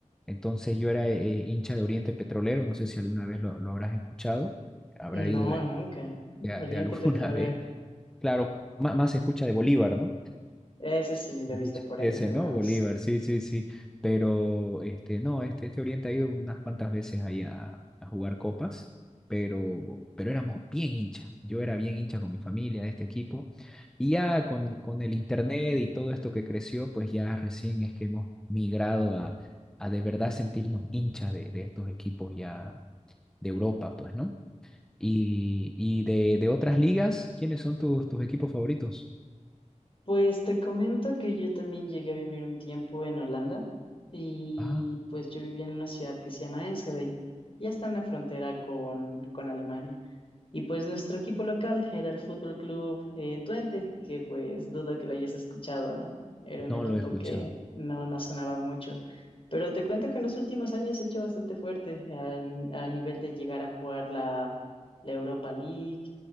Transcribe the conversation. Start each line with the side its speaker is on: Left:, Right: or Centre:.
Centre: Entonces yo era eh, hincha de Oriente Petrolero, no sé si alguna vez lo, lo habrás escuchado, habrá
Left: No,
Centre: ido de,
Left: nunca.
Centre: de,
Left: Oriente
Centre: de alguna
Left: Petrolero.
Centre: <laughs> vez. Claro, más, más se escucha de Bolívar, ¿no?
Left: Ese sí lo
Centre: Escucha,
Left: he visto por
Centre: Ese,
Left: ahí alguna
Centre: ¿no?
Left: vez.
Centre: Bolívar, sí, sí, sí. Pero este, no, este, este Oriente ha ido unas cuantas veces ahí a, a jugar copas, pero, pero éramos bien hinchas. Yo era bien hincha con mi familia de este equipo. Y ya con, con el internet y todo esto que creció, pues ya recién es que hemos migrado a, a de verdad sentirnos hinchas de, de estos equipos ya de Europa, pues, ¿no? Y, y de, de otras ligas, ¿quiénes son tus, tus equipos favoritos?
Left: Pues te comento que yo también llegué a vivir un tiempo en Holanda y
Centre: Ah,
Left: pues yo vivía en una ciudad que se llama Enschede, ya está en la frontera con, con Alemania. Y pues nuestro equipo local era el Fútbol Club eh, Twente, que pues dudo que lo hayas escuchado, ¿no? Era un
Centre: no
Left: equipo
Centre: lo he escuchado.
Left: que no, no sonaba mucho. Pero te cuento que en los últimos años se ha hecho bastante fuerte a, a nivel de llegar a jugar la, la Europa League